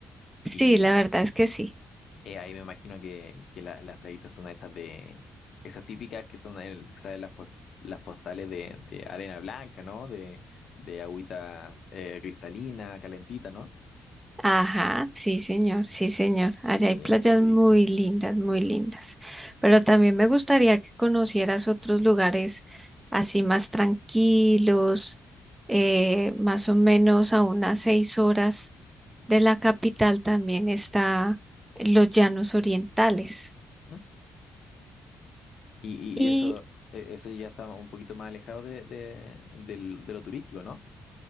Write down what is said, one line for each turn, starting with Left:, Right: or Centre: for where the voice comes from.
Right: Sí,
Left: Y
Right: la verdad es que sí.
Left: eh, ahí me imagino que, que la- las playitas son estas de, esas típicas que son, el, ¿sabes? Las, pos- las postales de, de arena blanca, ¿no? De, de agüita eh, cristalina, calentita, ¿no?
Right: Ajá, sí, señor, sí, señor. Allá
Left: Mira,
Right: hay playas
Left: qué rico.
Right: muy lindas, muy lindas. Pero también me gustaría que conocieras otros lugares así más tranquilos, eh, más o menos a unas seis horas de la capital también está los Llanos Orientales.
Left: ¿Mm? Y,
Right: Y
Left: y eso, e- eso ya está un poquito más alejado de, de, del- de lo turístico, ¿no?